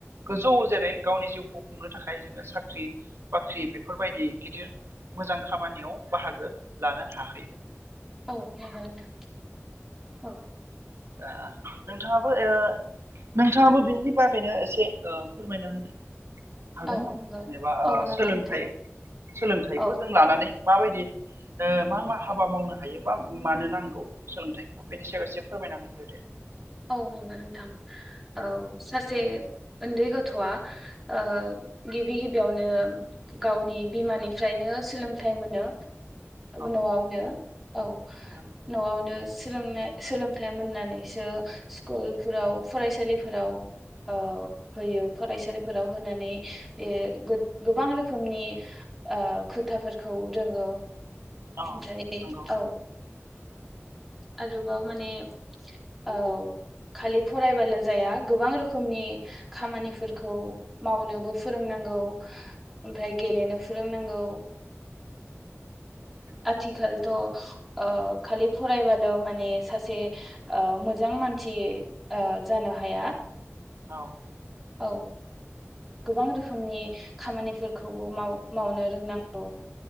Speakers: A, on the right; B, in the centre.
A: गोजौ जेरै गावनि जिउखौ खुंनो थाखाय जोङो साख्रि बाख्रि बेफोरबायदि गिदिर मोजां खामानियाव बाहागो लानो हाहैगोन।
B: औ नंगौ नोंथां औ।
A: ओ नोंथाङाबो ओ नोंथाङाबो बेनि बागैनो एसे ओ फोरमायना होदो। हागोन
B: औ
A: नामा
B: नंगौ
A: जेनेबा ओ
B: औ नंगौ
A: सोलोंथाइ
B: नोंथां
A: सोलोंथाइखौ
B: औ
A: जों लानानै माबायदि ओ मा मा हाबा मावनो हायो बा मानो नांगौ सोलोंथाइखौ बेनि सायाव एसे फोरमायनानै होदो दे।
B: औ नंगौ नोंथां औ सासे उन्दै गथ'आ ओ गिबि गिबियावनो गावनि बिमानिफ्रायनो सोलोंथाइ मोनो।
A: औ
B: न'आवनो औ
A: नंगौ
B: न'आवनो सोलोंनाय सोलोंथाइ मोननानैसो स्कुलफोराव फरायसालिफोराव औ होयो फरायसालिफोराव होनानै बे गो गोबां रोखोमनि ओ खोथाफोरखौ रोंङो
A: औ
B: ओमफ्राय
A: नंगौ
B: औ आरोबाव माने औ खालि फरायबाल' जाया गोबां रोखोमनि खामानिफोरखौ मावनोबो फोरोंनां गौ ओमफ्राय गेलेनो फोरोंनांगौ
A: नंगौ
B: आथिखालथ' ओ खालि फरायबाल' माने सासे ओ मोजां मानसि ओ जानो हाया।
A: औ
B: औ। गोबां रोखोमनि खामानिफोरखौबो माव मावनो रोंनांगौ।